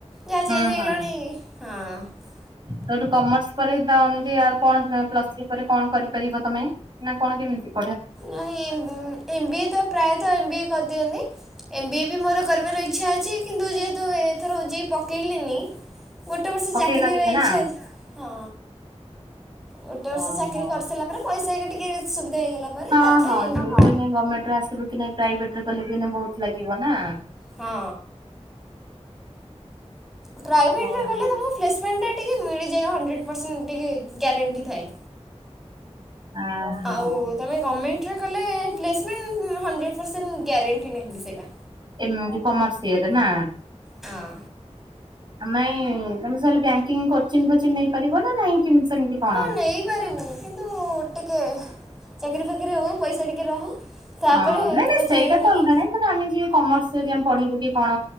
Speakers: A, in the centre; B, on the right.
A: ଯାହା ଚେଞ୍ଜ
B: ହୁଁ
A: ହେଇଗଲାଣି
B: ହଁ
A: ହଁ
B: ସୋଉଠୁ କମର୍ସ ପରେ ତ ଏମିତି ଆଉ କଣ ପ୍ଲସ୍‌ ଥ୍ରୀ ପରେ କଣ କରିପାରିବ ତମେ ନା କଣ କେମତି?
A: ନାଇଁ ଏମ ଏମ ବି ଏ ତ ପ୍ରାୟତଃ ଏମ ବି ଏ କର ଦିଅନ୍ତି। ଏମ୍ ବି ଏ ବି ମୋର କରିବାର ଇଚ୍ଛା ଅଛି କିନ୍ତୁ ଯେହେତୁ ଏଥର ଓ ଜେ ଇ ଇ ପକେଇଲିନି ଗୋଟେ ବର୍ଷ
B: ପକେଇନ
A: ଚାକିରୀ
B: କିଛି
A: ର ଇଚ୍ଛା
B: ନା
A: ଅଛି, ହଁ। ଗୋଟେ ବର୍ଷ
B: ଓହୋ।
A: ଚାକିରୀ କରିସାରିଲା ପରେ ପଇସା ହେଇ ଟିକେ ସୁବିଧା ହେଇଗଲା ପରେ
B: ହଁ
A: ତାପରେ
B: ହଁ
A: ଏମ୍
B: ଇଏ
A: ବି
B: ତ ଏଇନା ଗମେଣ୍ଟର ଆସିବ କି ନାଇଁ ପ୍ରାଇଭେଟରେ କଲେ ବି ଏନା ବହୁତ ଲାଗିବ ନା।
A: ହଁ। ପ୍ରାଇଭେଟରେ
B: ଓହୋ।
A: କଲେ ତମକୁ ପ୍ଳେସ୍‌ମେଣ୍ଟ ଟା ଟିକେ ମିଳି ଯାଏ ହଣ୍ଡ୍ରେଡ ପରସେଣ୍ଟ ଟିକେ ଗ୍ୟାରେଣ୍ଟି ଥାଏ।
B: ଓହୋ
A: ଆଉ ତମେ ଗମେଣ୍ଟରେ କଲେ ପ୍ଲେସମେଣ୍ଟ ହଣ୍ଡ୍ରେଡ ପର୍ସେଣ୍ଟ ଗ୍ୟାରେଣ୍ଟି ନାହିଁ ସେଇଟା।
B: ଏମିତି କମର୍ସ ଇଏରେ ନା।
A: ହଁ
B: ଆମାଇ ଆମେ ତମେ ସଇଲେ ବ୍ୟାଙ୍କିଙ୍କ କୋଚିଂ ଫୋଚିଂ ନେଇ ପାରିବ ନା ନାଇଁ? କେମିତି ସେମିତି କଣ?
A: ହଁ ନେଇପାରିବୁ କିନ୍ତୁ ଟିକେ ଚାକିରୀ ଫାକିରୀ ହଉ ପଇସା ଟିକେ ରହୁ। ତାପରେ
B: ହଁ ନାଇଁ ନାଇଁ
A: କୋଚିଂ
B: ସେଇଟା ତ
A: ନେବି
B: ଅଲଗା ନାଇଁ ତ ଆମେ ଯିଏ କମର୍ସ ଯଦି ଆମେ ପଢିବୁ କି କଣ